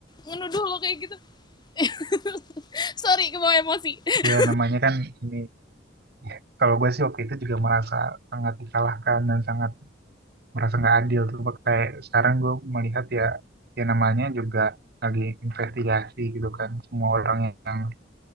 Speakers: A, on the left; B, on the right.
A: menuduh lo kayak gitu <laughs> sorry kebawa emosi <laughs>
B: ya namanya kan ini ya, kalau gue sih waktu itu juga merasa sangat disalahkan dan sangat merasa nggak adil tuh kayak sekarang gue melihat ya ya namanya juga lagi investigasi gitu kan semua orang yang